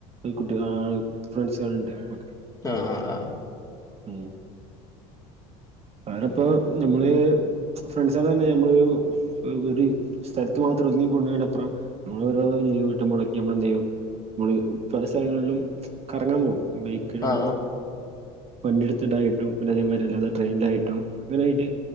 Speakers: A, on the right; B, on the left.
A: കുട്ടി ഹാ ഫ്രെൺസാള് ഇണ്ട് നമ്മക്ക്
B: ആഹ് ആഹ് ആഹ്
A: ഉം ഞാന്പ്പോ നമ്മള് ഫ്രൺ <unintelligible> ഒര് ഒരു സ്ഥലത്ത് മാത്രം ഒതുങ്ങി കൂടുന്നതിനപ്പുറം നമ്മളെരോ ലീവ് കിട്ടുമ്പോഴെക്കെ നമ്മളെന്തെയ്യും മ്മള് പല സ്ഥലങ്ങള്ളും കറങ്ങാൻ പോവും ബൈക്കേലും
B: ആ
A: വണ്ടെടുത്തിട്ടായിട്ടും പിന്നതേമാതിരില്ലാതെ ട്രെയിനിലായിട്ടും അങ്ങനെ അയി്ട്ട്